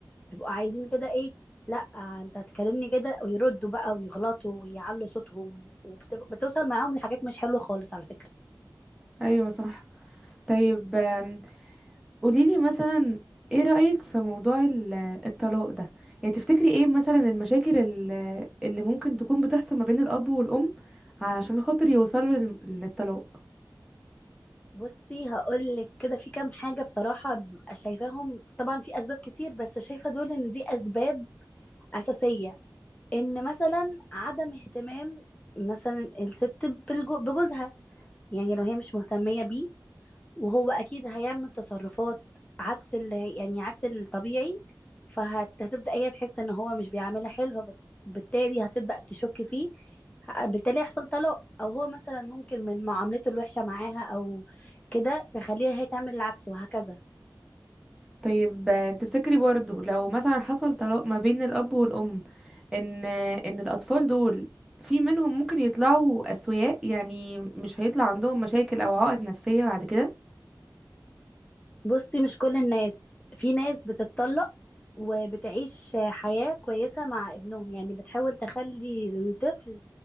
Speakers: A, on the left (about 20°); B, in the centre.
A: بيبقوا عايزين كده ايه لا انت هتكلمني كده ويردوا بقى ويغلطوا ويعلوا صوتهم وبتوصل معاهم لحاجات مش حلوة خالص على فكرة
B: ايوه صح طيب آم، قوليلي مثلا ايه رأيك في موضوع ال- الطلاق ده يعني تفتكري ايه مثلا المشاكل ال- اللي ممكن تكون بتحصل ما بين الاب والام علشان خاطر يوصلوا لل- للطلاق
A: بصي هقولك كده في كام حاجة بصراحة ببقى شايفاهم طبعا في أسباب كتير بس شايفة دول إن دي أسباب أساسية إن مثلا عدم اهتمام مثلا الست بالجو- بجوزها يعني لو هي مش مهتمية بيه وهو اكيد هيعمل تصرفات عكس اللي هي- يعني عكس الطبيعي فهتبدأ هي تحس ان هو مش بيعملها حلو فبت- بالتالي هتبدأ تشك فيه ه- بالتالي يحصل طلاق او هو مثلا ممكن من معاملته الوحشة معاها او كده تخليها هي تعمل العكس وهكذا
B: طيب آه، تفتكري برضو لو مثلا حصل طلاق ما بين الاب والام ان ان الاطفال دول في منهم ممكن يطلعوا اسوياء يعني مش هيطلع عندهم مشاكل او عقد نفسية بعد كده
A: بصي مش كل الناس في ناس بتتطلق وبتعيش حياة كويسة مع ابنهم يعني بتحاول تخلي الطفل